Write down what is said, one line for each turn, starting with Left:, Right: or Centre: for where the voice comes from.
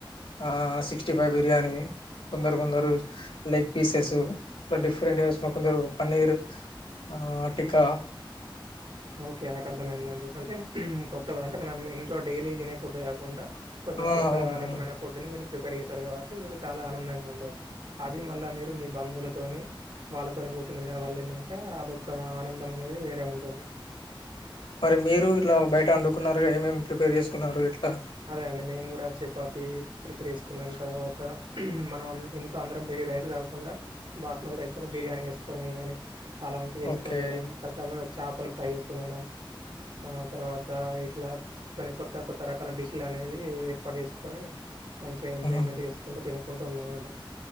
Left: ఆ సిక్స్టీ ఫైవ్ బిర్యానీ కొందరు కొందరు లెగ్ పీసెస్ ఇలా డిఫరెంట్ గా ఏసుని కొందరు పన్నీర్ ఆ టిక్కా
Right: ఓకే నాకు అర్థమయిందండి అంటే కొత్తగా అంటే మనం ఇంట్లో డైలీ తినే ఫుడ్ కాకుండా కొంచెం
Left: ఆ
Right: కొత్త
Left: అవును అవును.
Right: రకమైన ఫుడ్ ని మీరు ప్రిపేర్ చేస్త చేస్తారు కాబట్టి మీకు చాలా ఆనందంగా ఉంటుంది. అది మళ్ళా మీరు మీ బంధువులతోని వాళ్ళతోని కూర్చొని తిినడం వల్ల ఏంటంటే అదొక్క ఆనందం అనేది వేరే ఉంటుంది.
Left: మరి మీరు ఇట్లా బయట వండుకున్నారు ఏమేమి ప్రిపేర్ చేసుకున్నారు ఇట్లా?
Right: అదే అండి మేము కూడా చపాతి ప్రిపర్ చేసుకున్నాం తర్వాత మనం ఇంట్లో అందరం డైలీ రైస్ కాకుండా బాస్మతి రైస్తోని బిర్యానీ చేసుకోవడం గాని అలాంటివి వేసుకని
Left: ఓకే
Right: తినడం తర్త చాపలు ఫ్రై చేసుకుని తినడం ఆ తర్వాత ఇట్లా కొన్ని కొత్త కొత్త రక అల డిష్లు అనేది ఏర్పాటు చేసుకొని మంచి గా ఎంజొయ్మెంట్
Left: ఉమ్.
Right: చేసుకుంటు తినుకుంటూ వంట వండినావండి